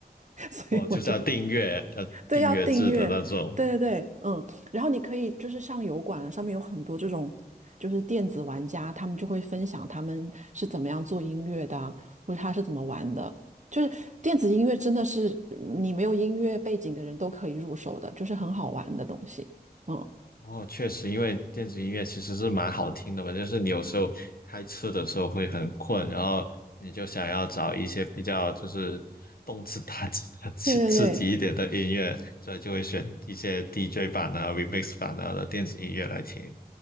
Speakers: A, on the right; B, on the left.
A: <laughs> 所以我就
B: 哦，就是要订阅，要订阅制的那种。
A: 对，要订阅，对对对，嗯，然后你可以就是上油管啊，上面有很多这种就是电子玩家，他们就会分享他们是怎么样做音乐的啊或者他是怎么玩的。就是电子音乐真的是嗯你没有音乐背景的人都可以入手的，就是很好玩的东西。嗯，
B: 哦，确实，因为电子音乐其实是蛮好听的嘛，就是你有时候开车的时候会很困，然后你就想要找一些比较就是动次打次的、<laughs> 刺刺激一点的音乐，
A: 对对对，
B: 所以就会选一些 DJ 版啊、remix 版啊的电子音乐来听。